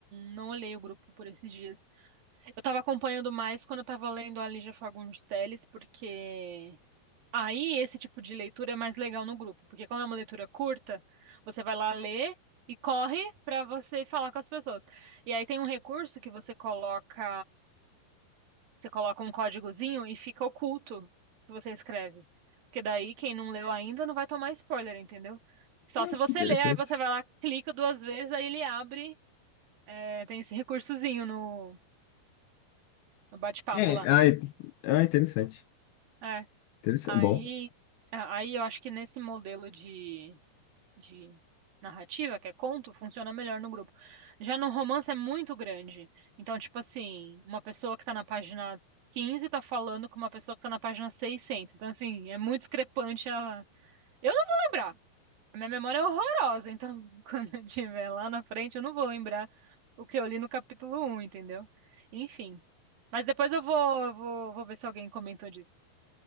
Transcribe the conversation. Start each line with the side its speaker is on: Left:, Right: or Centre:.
Right: não olhei o grupo por esses dias. Eu tava acompanhando mais quando eu tava lendo a Lígia Fagundes Telles, porque aí esse tipo de leitura é mais legal no grupo, porque como é uma leitura curta, você vai lá ler e corre pra você falar com as pessoas. E aí tem um recurso que você coloca Você coloca um códigozinho e fica oculto o que você escreve. Porque daí quem não leu ainda não vai tomar spoiler, entendeu? Só
Left: Ah,
Right: se você
Left: que interessante.
Right: ler, aí você vai lá, clica duas vezes, aí ele abre. é, tem esse recursozinho no, no bate-papo
Left: É,
Right: lá.
Left: ah, é- ah, interessante.
Right: É,
Left: Interessante.
Right: aí,
Left: Bom,
Right: a- aí eu acho que nesse modelo de de narrativa, que é conto, funciona melhor no grupo. Já no romance é muito grande. Então, tipo assim, uma pessoa que tá na página quinze tá falando com uma pessoa que tá na página 600. Então, assim, é muito discrepante a... Eu não vou lembrar. A minha memória é horrorosa, então <laughs> quando eu tiver lá na frente, eu não vou lembrar o que eu li no capítulo um, entendeu? Enfim. Mas depois eu vou, vou, vou ver se alguém comentou disso.